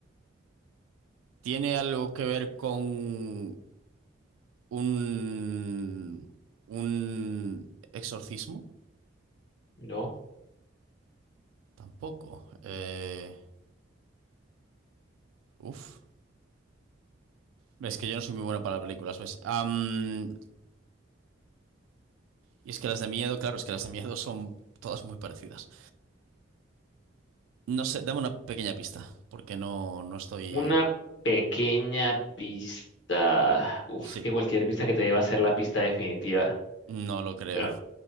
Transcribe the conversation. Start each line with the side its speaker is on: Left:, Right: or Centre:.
Right: ¿Tiene algo que ver con un... un exorcismo?
Left: no.
Right: Tampoco. Eh, uf. Es que yo no soy muy bueno para películas, ¿ves? Am, y es que las de miedo, claro, es que las de miedo son todas muy parecidas. No sé, dame una pequeña pista, porque no, no estoy...
Left: Una pequeña pista. Uf,
Right: Sí,
Left: que cualquier pista que te dé va a ser la pista definitiva.
Right: no lo creo,
Left: Pero